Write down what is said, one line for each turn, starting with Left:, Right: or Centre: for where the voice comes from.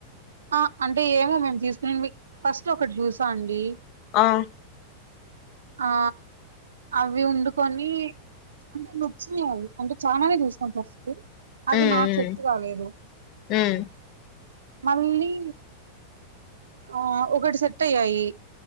Right: ఆ అంటే ఏమో మేము తీసుకుని ఫస్ట్ ఒకటి చూసా అండి
Left: ఆ
Right: ఆ అవి వండుకొని అంటే నచ్చినయి అవి అంటే చాలానే చూసాం ఫస్ట్ అవి
Left: ఉమ్
Right: నాక్ సెట్ కాలేదు
Left: ఉమ్
Right: <inaudible> మళ్ళీ ఆ ఒకటి సెట్ అయ్యాయి